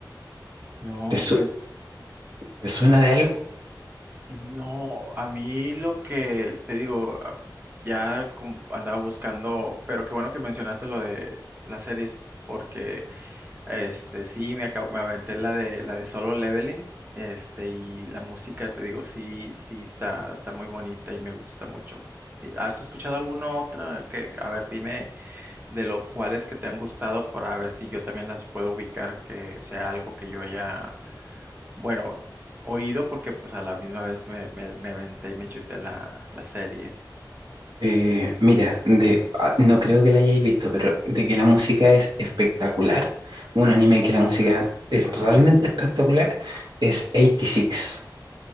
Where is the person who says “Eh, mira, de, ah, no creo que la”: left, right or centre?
Right